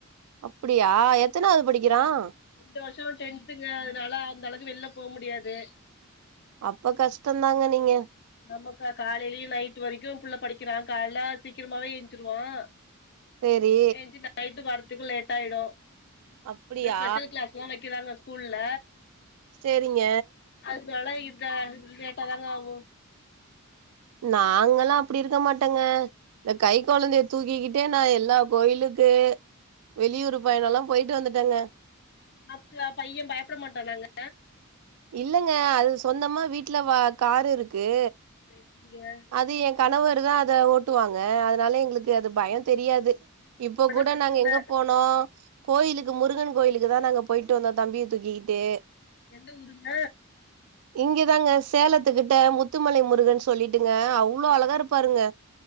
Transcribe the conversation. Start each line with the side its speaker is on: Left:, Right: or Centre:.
Right: அப்டியா எத்தனாவது படிக்கிறான்
Left: இந்த வருஷோ டென்த்துங்க அதனால அந்த அளவுக்கு வெளில போ முடியாது
Right: அப்ப கஷ்டந்தாங்க நீங்க
Left: நமக்கு காலைலயு நைட் வரைக்கு புள்ள படிக்கிறான் காலைல சீக்கிரமாவே எஞ்சிருவான்
Right: சேரி
Left: ஏஞ்சு நைட்டு வர்றத்துக்கு லேட் ஆயிடு
Right: அப்டியா
Left: இந்த ஸ்பெஷல் கிளாஸ்ஸெல்லா வெக்கிறாங்க ஸ்கூல்ல
Right: சேரிங்க
Left: அதுனால இந்த லேட்டாதாங்க ஆகு
Right: நாங்கல்லா அப்டி இருக்க மாட்டங்க இந்த கை கொழந்தைய தூக்கிக்கிட்டே நா எல்லா கோயிலுக்கு வெளியூர் பயணோல்லா போயிட்டு வந்துட்டங்க
Left: அப்பா பையன் பயப்பட மாட்டானாங்க
Right: இல்லங்க அது சொந்தமா வீட்ல வா காரு இருக்கு
Left: சேரி சிரிங்க
Right: அது என் கணவர்தா அத ஓட்டு வாங்க அதனால எங்களுக்கு அது பயோந் தெரியாது இப்ப
Left: அப்பனா
Right: கூட
Left: பிரச்சன
Right: நாங்க
Left: இல்ல
Right: எங்க போனோம் கோயிலுக்கு முருகன் கோயிலுக்கு தான் நாங்க போயிட்டு வந்தோம் தம்பிய தூக்கிக்கிட்டு
Left: எந்த ஊருங்க
Right: இங்கதாங்க சேலத்துக்கிட்ட முத்துமலை முருகன் சொல்லிட்டு இங்க அவ்வளோ அழகா இருப்பாருங்க